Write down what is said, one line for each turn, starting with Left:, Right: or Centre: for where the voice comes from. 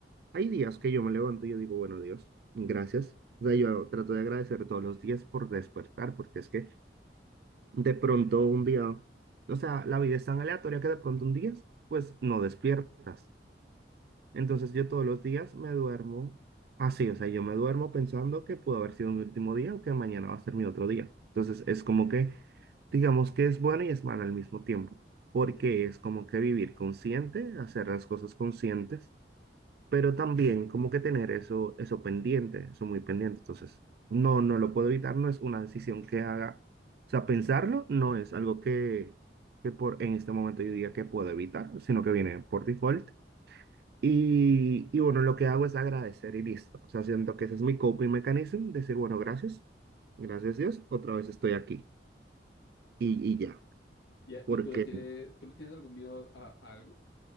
Right: Hay días que yo me levanto y yo digo, bueno, Dios, gracias. O sea, yo trato de agradecer todos los días por despertar, porque es que de pronto un día, o sea, la vida es tan aleatoria que de pronto un día, pues no despiertas. Entonces yo todos los días me duermo así, o sea, yo me duermo pensando que pudo haber sido mi último día o que mañana va a ser mi otro día. Entonces es como que, digamos que es bueno y es malo al mismo tiempo, porque es como que vivir consciente, hacer las cosas conscientes pero también como que tener eso, eso pendiente, eso muy pendiente. Entonces, no, no lo puedo evitar, no es una decisión que haga. O sea, pensarlo no es algo que, que por, en este momento yo diga que puedo evitar, sino que viene por default. Y, y bueno, lo que hago es agradecer y listo. O sea, siento que ese es mi coping mechanism, decir, bueno, gracias, gracias Dios, otra vez estoy aquí y, y ya.
Left: Y, a-
Right: Porque,
Left: y tú le tienes, tú le tienes algún miedo a, a algo